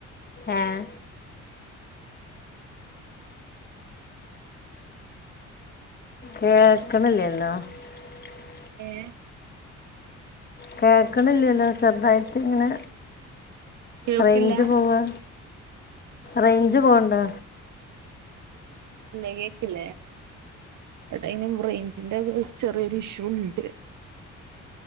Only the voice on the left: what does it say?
ആഹ് <unintelligible>
കേൾക്കണില്ലേന്ന് ചെറുതായിട്ട് ഇങ്ങന
റേയ്ജ് പോവാ റേയ്ഞ്ച് പോവുന്നിണ്ട